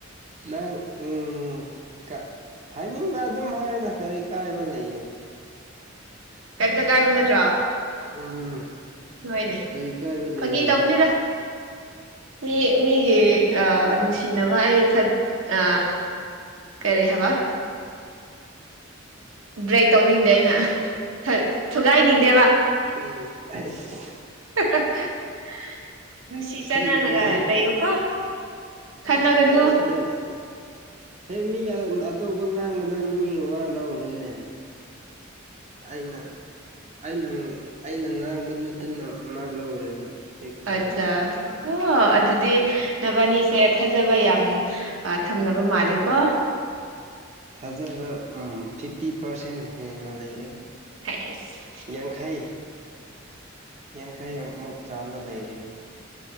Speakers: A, on the right; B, on the right.
A: ꯅꯪ ꯎꯝ ꯀ ꯍꯥꯏꯅꯤꯡꯕ ꯑꯗꯨꯝ ꯍꯥꯏꯌꯨꯗ ꯀꯔꯤ ꯀꯥꯏꯕ ꯂꯩꯌꯦ
B: ꯀꯦꯝꯇ ꯀꯥꯏꯕ ꯅꯠꯇ꯭ꯔꯣ
A: ꯎꯝ
B: ꯍꯣꯏꯅꯦ
A: ꯀꯔꯤ ꯀꯥꯏꯕ ꯂꯩꯌꯦ
B: ꯐꯥꯒꯤ ꯇꯧꯕꯅꯤꯗ ꯃꯤ ꯃꯤꯒꯤ ꯑ ꯅꯨꯡꯁꯤꯅꯕ ꯑꯩ ꯊꯠ ꯑ ꯀꯔꯤ ꯍꯥꯏꯕ
A: ꯀꯔꯤ ꯍꯥꯢꯕ
B: ꯕ꯭ꯔꯦꯛ ꯇꯧꯅꯤꯡꯗꯦ ꯑꯩꯅ ꯊ ꯊꯨꯒꯥꯏꯅꯤꯡꯗꯦꯕ
A: ꯎꯝ ꯑꯁ
B: <unintelligible> ꯅꯨꯡꯁꯤ ꯆꯅꯅꯒ
A: ꯍꯦꯛ ꯍꯦꯛ
B: ꯂꯩꯩꯌꯨꯀꯣ ꯈꯅꯥꯒꯅꯨ
A: ꯑ ꯍꯦꯛ ꯃꯤ ꯑ ꯑꯇꯣꯞꯄ ꯉꯥꯡꯕꯗ ꯃꯤ ꯋꯥ ꯂꯧꯔꯣꯏꯅꯦ ꯑꯩꯅ ꯑꯩꯅ ꯑꯩꯅ ꯉꯥꯡꯕ ꯅꯠꯇꯅ ꯃꯥ ꯂꯧꯔꯣꯏꯕ ꯑꯩ ꯈꯪꯉꯤꯅꯦ
B: ꯑꯆꯥ ꯍ ꯑꯗꯨꯗꯤ ꯅꯕꯥꯅꯤꯁꯦ ꯊꯥꯖꯕ ꯌꯥꯝ ꯊꯝꯅꯕ ꯃꯥꯂꯦ ꯀꯣ
A: ꯊꯥꯖꯕ ꯎꯝ ꯐꯤꯐꯇꯤ ꯄꯥꯔꯁꯦꯟ ꯍꯦꯟꯅ ꯂꯩꯔꯦꯗ
B: ꯍꯥꯏꯁ
A: ꯌꯥꯡꯈꯩ ꯌꯥꯡꯈꯩ ꯑꯃꯨꯛ ꯆꯥꯝꯗ ꯂꯩꯔꯤꯅꯤ